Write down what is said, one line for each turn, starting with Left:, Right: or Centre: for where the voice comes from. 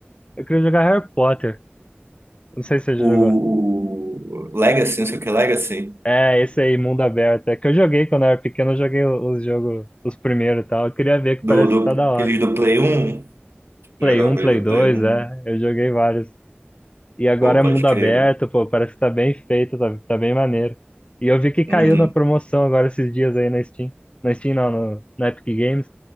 Left: Eu queria jogar Harry Potter. Não sei se você
Right: o,
Left: já jogou.
Right: o Legacy, não sei o que é Legacy,
Left: É, esse aí, mundo aberto. É que eu joguei quando eu era pequeno, eu joguei os jogos, os primeiros e tal. Eu queria ver que
Right: do,
Left: parece
Right: do,
Left: que tá da hora.
Right: aqueles do Play 1,
Left: Play
Right: jogava
Left: um,
Right: aqueles
Left: Play
Right: do
Left: 2,
Right: Play 1,
Left: é. Eu joguei vários. E agora
Right: pô,
Left: é
Right: pode
Left: mundo aberto,
Right: crer.
Left: pô, parece que tá bem feito, tá, tá bem maneiro. E eu vi que caiu
Right: Uhum.
Left: na promoção agora esses dias aí na Steam. Na Steam não, no, na Epic Games.